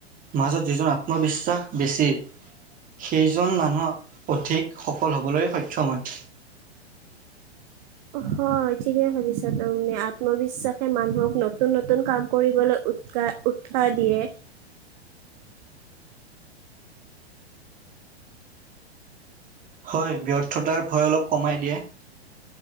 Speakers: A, on the right; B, on the right.
A: মাজত যিজন আত্মবিশ্বাস বেছি সেইজন মানুহক অধিক। সফল হ'বলৈ সক্ষম হয়।
B: হয় ঠিকে ভাবিছা তুমি আত্মবিশ্বাসে মানুহক নতুন নতুন কাম কৰিবলৈ। উৎসাহ দিয়ে।
A: হয় ব্যৰ্থতাৰ ভয় অলপ কমাই দিয়ে।